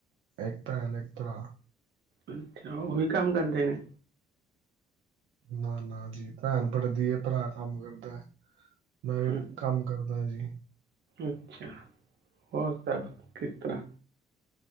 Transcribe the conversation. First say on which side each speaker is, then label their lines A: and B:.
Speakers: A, on the right (about 80°); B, on the right (about 60°).
A: ਇੱਕ ਭੈਣ ਇੱਕ ਭਰਾ
B: ਅੱਛਾ ਉਹੀ ਕੰਮ ਕਰਦੇ ਨੇ,
A: ਨਾ-ਨਾ ਜੀ ਭੈਣ ਪੜ੍ਹਦੀ ਹੈ, ਭਰਾ ਕੰਮ ਕਰਦਾ ਹੈ। ਮੈਂ ਵੀ
B: ਅ-
A: ਕੰਮ ਕਰ, ਪਤਾ ਜੀ।
B: ਅੱਛਾ ਹੋਰ ਸਭ ਕਿਸ ਤਰ੍ਹਾਂ?